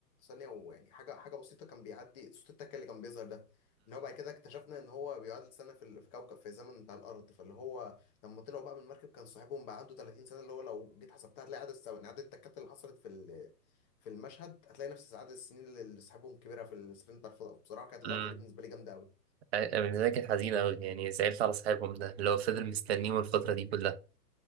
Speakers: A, on the left; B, on the right.
A: ثانية ويعني حاجة حاجة بسيطة كان بيعدي صوت التكة اللي كان بيظهر ده اللي هو بعد كده اكتشفنا ان هو بيعادل سنة في ال- في كوكب في الزمن بتاع الأرض فاللي هو لما طلعوا بقى من المركب كان صاحبهم بقى عنده 30 سنة اللي هو لو جيت حسبتها هتلاقي عدد الثواني عدد التكات اللي حصلت في ال... في المشهد هتلاقي نفس عدد السنين اللي اللي صاحبهم كبيرة في السفينة بتاع الفضاء بصراحة كانت اللقطة
B: امم
A: دي بالنسبة لي جامدة أوي
B: أنا بالنسبة لي كانت حزينة أوي يعني زعلت على صاحبهم ده اللي هو فضل مستنيهم الفترة دي كلها